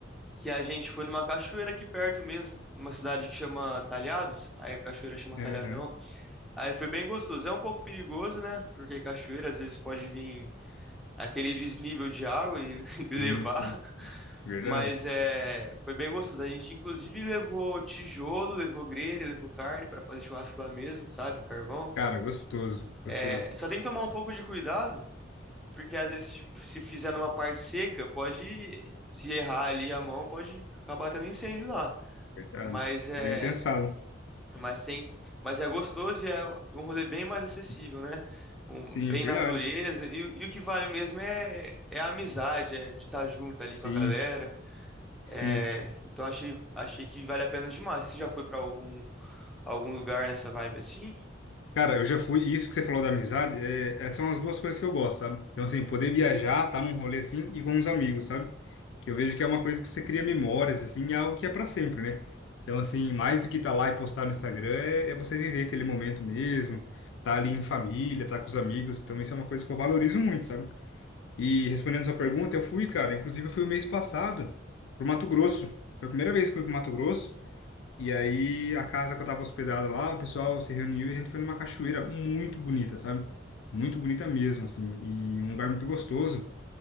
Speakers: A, in the centre; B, on the left.
A: que a gente foi numa cachoeira aqui perto mesmo, numa cidade que chama Talhados. Aí a cachoeira chama
B: Aham.
A: Talhadão. Aí foi bem gostoso. É um pouco perigoso, né? Porque cachoeira às vezes pode vir aquele desnível de água e <laughs> levar.
B: Sim, sim. Verdade.
A: Mas é, foi bem gostoso. A gente inclusive levou tijolo, levou grelha, levou carne para fazer churrasco lá mesmo, sabe? Carvão.
B: Cara, gostoso, gostoso.
A: É, só tem que tomar um pouco de cuidado Porque às vezes se se fizer numa parte seca, pode se errar ali a mão, pode acabar tendo incêndio lá.
B: Verdade.
A: Mas é,
B: Bem pensado.
A: mas tem, que- mas é gostoso e é um rolê bem mais acessível, né? Um,
B: Sim,
A: bem
B: verdade.
A: natureza e, o- e o que vale mesmo é, é a amizade, é de estar junto
B: Sim,
A: ali com a galera.
B: sim.
A: É, então achei, achei que vale a pena demais. Você já foi para algum algum lugar nessa vibe assim?
B: Cara, eu já fui. Isso que você falou da amizade, é, essas são as duas coisas que eu gosto, sabe? Então, assim, poder viajar, tá num rolê assim e com uns amigos, sabe? Que eu vejo que é uma coisa que você cria memórias, assim, e é algo que é pra sempre, né? Então, assim, mais do que tá lá e postar no Instagram, é, é você viver aquele momento mesmo, tá ali em família, tá com os amigos. Então, isso é uma coisa que eu valorizo muito, sabe? E respondendo sua pergunta, eu fui, cara. Inclusive, eu fui o mês passado pro Mato Grosso. Foi a primeira vez que eu fui pro Mato Grosso. E aí, a casa que eu tava hospedado lá, o pessoal se reuniu e a gente foi numa cachoeira muito bonita, sabe? Muito bonita mesmo, assim, e um lugar muito gostoso.